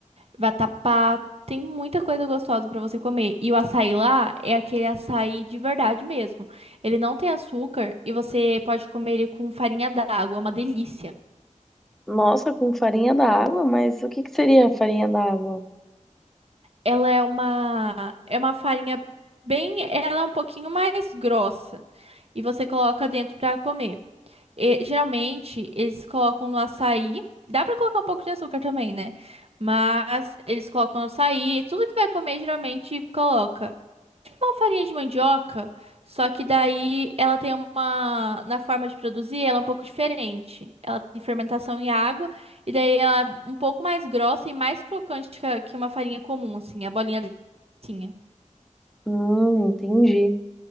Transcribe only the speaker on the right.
Vatapá tem muita coisa gostosa pra você comer. E o açaí lá é aquele açaí de verdade mesmo. Ele não tem açúcar e você pode comer ele com farinha d'água, é uma delícia.
Ela é uma é uma farinha bem, ela é um pouquinho mais grossa e você coloca dentro pra comer. E, geralmente eles colocam no açaí, dá pra colocar um pouco de açúcar também, né? Mas eles colocam no açaí, tudo que vai comer geralmente coloca. uma farinha de mandioca, só que daí ela tem uma. Na forma de produzir, ela é um pouco diferente. Ela tem fermentação em água, e daí ela é um pouco mais grossa e mais crocante que a- que uma farinha comum, assim, a bolinha delicinha.